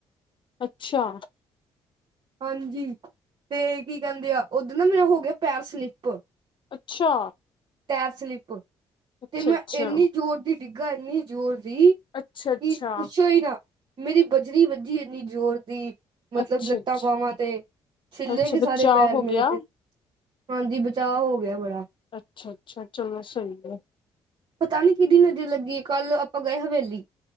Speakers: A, on the left (about 50°); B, on the right (about 50°).
A: ਅੱਛਾ।
B: ਹਾਂਜੀ, ਤੇ ਕੀ ਕੈਂਦੇ ਆ, ਉੱਧ ਨਾ ਮੇਰੇ ਹੋ ਗਿਆ ਪੈਰ ਸਲਿੱਪ।
A: ਅੱਛਾ।
B: ਟੈਰ ਸਲਿਪ
A: ਅੱਛਾ
B: ਤੇ ਮੈਂ
A: ਅੱਛਾ
B: ਇੰਨੀ ਜ਼ੋਰ ਦੀ ਡਿੱਗਾ, ਇੰਨੀ ਜ਼ੋਰ ਦੀ।
A: ਅੱਛਾ,
B: ਕਿ
A: ਅੱਛਾ
B: ਪੁੱਛੋ ਹੀ ਨਾ ਮੇਰੀ ਬਜਰੀ ਵੱਜੀ ਇੰਨੀ ਜ਼ੋਰ ਦੀ ਮਤਲਬ
A: ਅੱਛਾ
B: ਲੱਤਾਂ
A: ਅੱਛਾ
B: ਬਾਵਾਂ ਤੇ। ਛਿੱਲੇ
A: ਅੱਛਾ
B: ਗੇ ਸਾਰੇ
A: ਬਚਾਅ
B: ਪੈਰ
A: ਹੋ
B: ਮੇਰੇ
A: ਗਿਆ
B: ਤੇ, ਹਾਂਜੀ ਬਚਾਅ ਹੋ ਗਿਆ ਬੜਾ।
A: ਅੱਛਾ, ਅੱਛਾ ਚਲੋ ਸਈ ਐ।
B: ਪਤਾ ਨੀ ਕਿਦੀ ਨਜ਼ਰ ਲੱਗੀ, ਕੱਲ ਆਪਾਂ ਗਏ ਹਵੇਲੀ